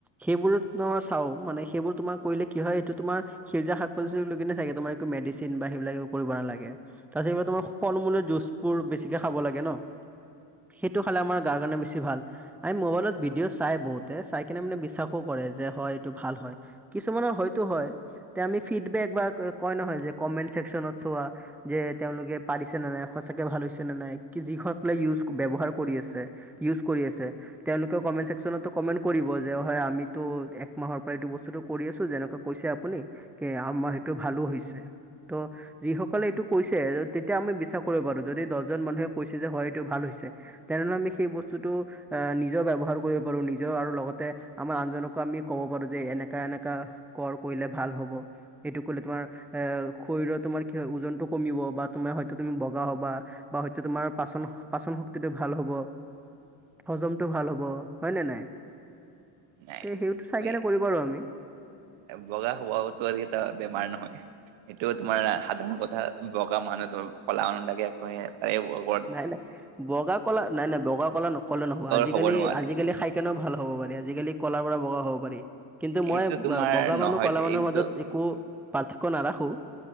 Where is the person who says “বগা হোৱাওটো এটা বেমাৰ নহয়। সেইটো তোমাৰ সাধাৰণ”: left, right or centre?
Right